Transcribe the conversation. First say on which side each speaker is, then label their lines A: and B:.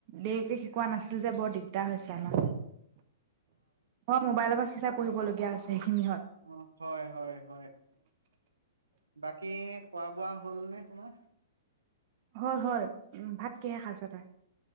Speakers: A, on the right; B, on the right.
A: দেৰিকে শিকোৱা নাছিল যে বৰ দিগদাৰ হৈছে আমাৰ অ মোবাইলৰ পৰা চাই পঢ়িবলগীয়া হৈছে সেইখিনিহত
B: অ হয় হয় হয় বাকি খোৱা বোৱা হ'ল নে তোমাৰ
A: হল হল উ ভাত কিহে খাইছ তই